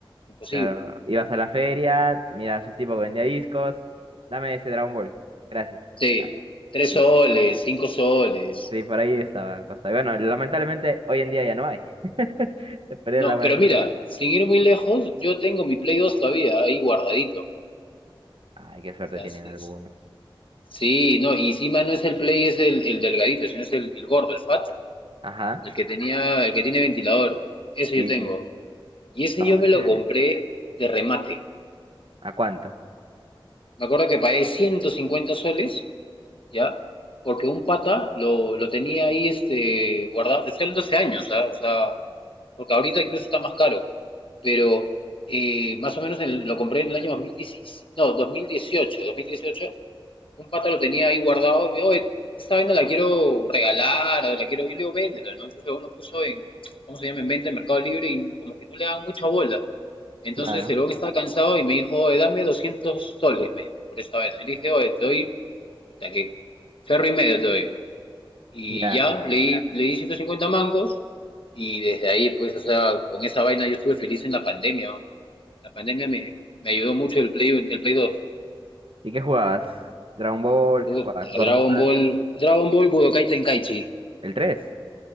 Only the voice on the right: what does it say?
claro. Ibas a la feria, miras un tipo que vendía discos. Dame ese Dragon Ball. Gracias.
Ah,
Sí,
Sí, por ahí estaba Costa. Y bueno, lamentablemente hoy en día ya no hay. <laughs> Se perdieron
las buenas
costumbres.
Ay, qué suerte
tienen
algunos.
Ajá.
Sí,
sí.
No,
chévere.
¿A cuánto?
Claro.
Ya.
¿Y qué jugabas? Dragon Ball,
¿qué jugabas? ¿God
of War?
¿El 3?